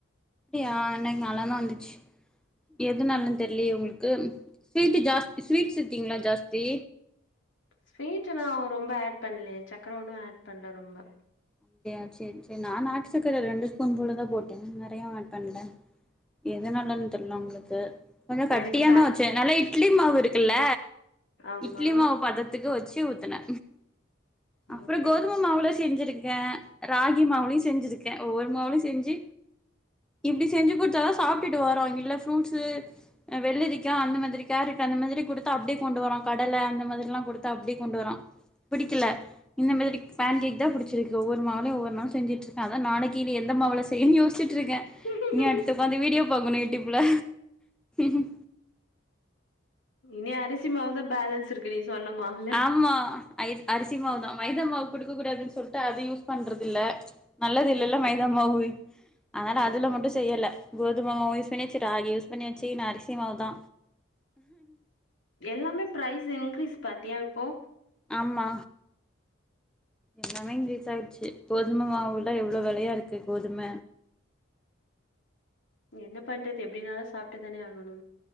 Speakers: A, in the centre; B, on the left.
A: எ ஆஹ் எனக்கு நல்லாதா வந்துச்சு எதுனாலன் தெர்லயே ஒங்களுக்கு ஸ்வீட்டு ஜாஸ் இ ஸ்வீட்ஸ் இருக்கீங்ளா ஜாஸ் தி
B: ஸ்வீட்டு நா ரொம்ப ஆட் பண்லயே சக்கர ஒன்னு ஆட் பண்ல ரொம்ப
A: அப்டியா சேரி சேரி நா நாட்டுசக்கர ரெண்டு ஸ்பூன் போலதா போட்டே நெறையா ஆட் பண்ல எதனாலன்னு தெர்ல ஒங்களுக்கு கு கொஞ்ச கட்டியா
B: எனக்கு பே
A: நா வச்சே நல்லா இட்லி மாவு இருக்குல்ல
B: ஆமா
A: இட்லி மாவு பதத்துக்கு வச்சு ஊத்துனே அப்பற
B: ஓகேடா
A: கோதும மாவுலே செஞ்சிருக் க்கே ராகி மாவுலயு செஞ்சிருக்கே ஒவ்வொரு மாவுலயு செஞ்சு இப்டி செஞ்சு குடுத்தாதா சாப்ட்டுட்டு வரா இல்ல ஃப்ரூட்ஸு அஹ் வெள்ளரிக்கா அந்த மாதிரி கேரட் அந்த மாதிரி குடுத்தா அப்டே கொண்டு வரா கடல அந்த மாதிரிலா குடுத்தா அப்டே கொண்டு வரா பிடிக்கல இந்த மாதிரி பேன் கேக் தா புடிச்சு ருக்கு ஒவ்வொரு மாவ்லயு ஒவ்வொரு நாள் செஞ்சட்டு இருக்க அதா நாளைக்கு இனி எந்த மாவுல செய்யனு யோசிச்ட்டு இருக்கே
B: ஓகே
A: இனி அடுத்து ஒக்காந்து வீடியோ பாக்கணு யூட்டிப்ல ம்
B: இனி அரிசிமாவு தா பேலன்ஸ் இருக்கு நீ சொன்ன மாவுல
A: ஆமா அய்டு அரிசி மாவு தா மைதா மாவு குடுக்கக் கூடாதுன் சொல்ட்டு அது யூஸ் பண்றதில்ல நல்லது இல்லல்ல
B: ஓகே
A: மைதாமாவு
B: ஓகே
A: அதனால
B: ஆமா
A: அதுல மட்டு செய்யல கோதும மாவு யூஸ் பண்ணியாச்சு ராகி யூஸ் பண்ணியாச்சு இன்ன அரிசி மாவு தா
B: எல்லாமே ப்ரைஸ் இன்கிரீஸ் பாத்தியா இப்போ
A: ஆமா எல்லாமே இங்ரீஸ் ஆயிருச்சு கோதும மாவுலா எவ்ளோ வெலையா இருக்கு கோதும
B: என்ன பண்றது எப்டினாலு சாப்ட்டுதானே ஆகணு